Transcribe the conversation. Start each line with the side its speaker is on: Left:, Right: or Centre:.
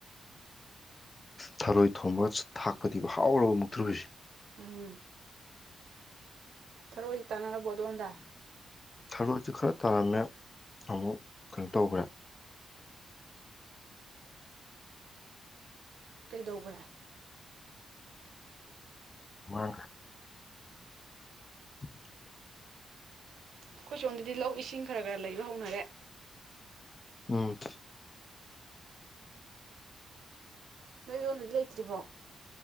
Left: ꯊꯔꯣꯏ ꯊꯣꯡꯕ ꯊꯥꯛꯄꯗꯤ ꯍꯥꯎꯔꯕ ꯃꯨꯛꯇ꯭ꯔꯨꯕꯤꯁꯦ
Right: ꯎꯝ ꯊꯔꯣꯏ ꯏ ꯇꯅꯅꯕꯣꯗ ꯍꯗ
Left: ꯊꯔꯣꯏꯁꯨ ꯈꯔ ꯇꯥꯔꯝꯃꯦ ꯑꯃꯨꯛ ꯀꯩꯅꯣ ꯇꯧꯈ꯭ꯔꯦ
Right: ꯀꯩꯗꯧꯕ꯭ꯔꯥ
Left: ꯋꯥ <unintelligible>
Right: ꯑꯩꯈꯣꯏ ꯁꯣꯝꯗꯗꯤ ꯂꯧ ꯏꯁꯤꯡ ꯈꯔ ꯈꯔ ꯂꯩꯕ ꯍꯧꯅꯔꯦ
Left: ꯎꯝ
Right: ꯅꯣꯏꯣꯅ ꯏꯂ ꯂꯩꯇ꯭ꯔꯤꯃꯣ